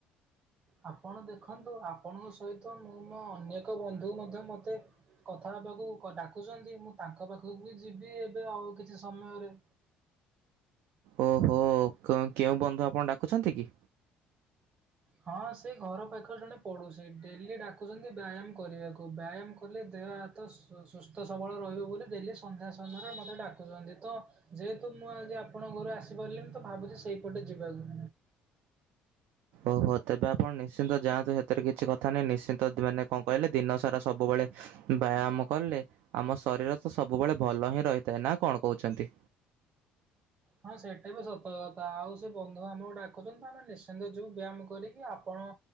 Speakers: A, on the right (about 35°); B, on the right (about 75°).
A: ଆପଣ ଦେଖନ୍ତୁ ଆପଣଙ୍କ ସହିତ ମୁଁ ମୋ ଅନେକ ବନ୍ଧୁ ମଧ୍ୟ ମତେ କଥା ହେବାକୁ ଡାକୁଛନ୍ତି ମୁଁ ତାଙ୍କ ପାଖକୁ ବି ଯିବି ଏବେ ଆଉ କିଛି ସମୟରେ।
B: ଓହୋ କେ କେଉଁ ବନ୍ଧୁ ଆପଣ ଡାକୁଛନ୍ତି କି?
A: ହଁ ସେ ଘର ପାଖରେ ଜଣେ ପଡ଼ୋଶୀ ଡେଲି ଡାକୁଛନ୍ତି ବ୍ୟାୟାମ କରିବାକୁ ବ୍ୟାୟାମ କଲେ ଦେହ ହାତ ସ ସୁ ସୁସ୍ଥ ସବଳ ରହିବ ବୋଲି ଡେଲି ସନ୍ଧ୍ୟା ସନ୍ଧ୍ୟାରେ ମୋତେ ଡାକୁଛନ୍ତି ତ ଯେହେତୁ ମୁଁ ଆଜି ଆପଣଙ୍କ ଘରୁ ଆସିପାରିଲିିନି ତ ଭାବୁଛି ସେଇପଟେ ଯିବାକୁ।
B: ଓହୋ ତେବେ ଆପଣ ନିଶ୍ଚିନ୍ତ ଯାଆନ୍ତୁ ସେଥିରେ କିଛି କ ଥାନେ ନିଶ୍ଚିନ୍ତ ମାନେ କଣ କହିଲେ ଦିନ ସାରା ସବୁବେଳେ ବ୍ୟାୟାମ କଲେ ଆମ ଶରୀର ତ ସବୁବେଳେ ଭଲ ହିଁ ରହିଥାଏ ନା କଣ କହୁଛନ୍ତି।
A: ହଁ ସେଇଟା ବି ସତର୍କତା ଆଉ ସେ ବନ୍ଧୁ ଆମକୁ ଡାକୁଛନ୍ତି ଆମେ ନିଶ୍ଚିନ୍ତ ଯିବୁ ବ୍ୟାୟାମ କରିକି ଆପଣ